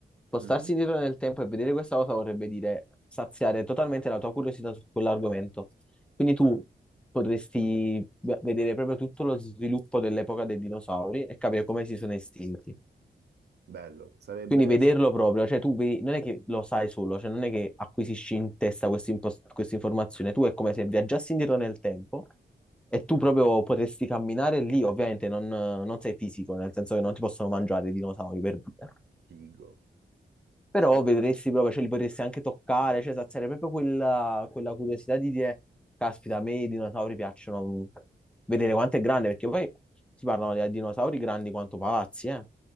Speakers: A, in the centre; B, on the right (about 70°).
A: spostarsi
B: Mhm.
A: indietro nel tempo e vedere questa cosa vorrebbe dire saziare totalmente la tua curiosità su quell'argomento. Quindi tu
B: Mm.
A: potresti ve- vedere proprio tutto lo sviluppo dell'epoca dei dinosauri e capire come si sono estinti.
B: Bello, sarebbe.
A: Quindi vederlo proprio, cioè tu vedi, non è che lo sai solo, cioè non è che acquisisci in testa questa impos- questa informazione, tu è come se viaggiassi indietro nel tempo e tu
B: Mhm,
A: proprio potresti camminare lì, ovviamente non, non sei fisico, nel senso che non ti possono mangiare i dinosauri per dire,
B: Figo.
A: però
B: Sare-
A: vedresti proprio, cioè li potresti anche toccare, cioè sarebbe proprio quella, quella curiosità di dire, caspita, a me i dinosauri piacciono vedere quanto è grande, perché poi si parlano di dinosauri grandi quanto palazzi, eh.